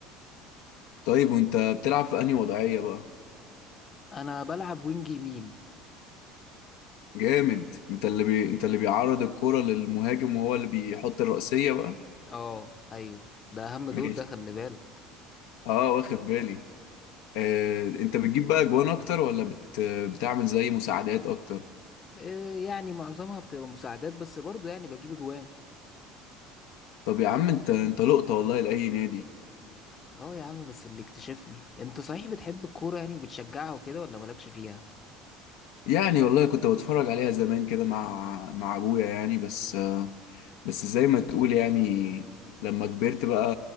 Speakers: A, on the left; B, on the left.
A: طيب وانت بتلعب في انهي وضعية بقى
B: انا بلعب وينج يمين
A: جامد انت اللي بي... انت اللي بيعرض الكرة للمهاجم وهو اللي بيحط الرأسية بقى
B: اه ايوه ده اهم دور
A: <laughs> ماشي
B: ده خلي بالك
A: اه واخد بالي آه... انت بتجيب بقى اجوان اكتر ولا بت... بتعمل زي مساعدات اكتر
B: إيه يعني معظمها بتبقى مساعدات بس برضو يعني بجيب اجوان
A: طب يا عم انت انت لقطة والله لأي نادي
B: اه يا عم بس اللي اكتشفني انت صحيح بتحب الكورة يعني وبتشجعها وكده ولا مالكش فيها
A: يعني والله كنت بتفرج عليها زمان كده مع مع ابويا يعني بس بس زي ما تقول يعني لما كبرت بقى